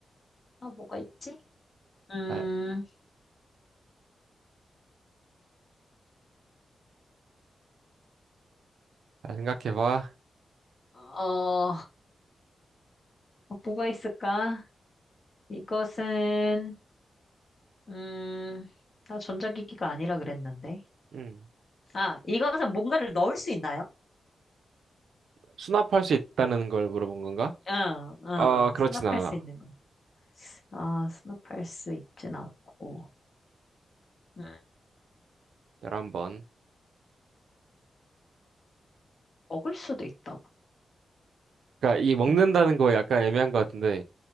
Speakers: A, on the left; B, on the right.
A: 아, 뭐가 있지? 음,
B: 잘, 잘 생각해봐.
A: 어, 어, 뭐가 있을까? 이것은, 음, 나 전자기기가 아니라 그랬는데.
B: 응.
A: 아, 이것은 뭔가를 넣을 수 있나요?
B: 수납할 수 있다는 걸 물어본 건가?
A: 응, 응,
B: 아, 그렇진
A: 수납할
B: 않아.
A: 수 있는 것 같아. 아, 수납할 수 있진 않고. 음,
B: 11번.
A: 먹을 수도 있다고.
B: 그러니까 이 먹는다는
A: 음,
B: 거 약간 애매한 것 같은데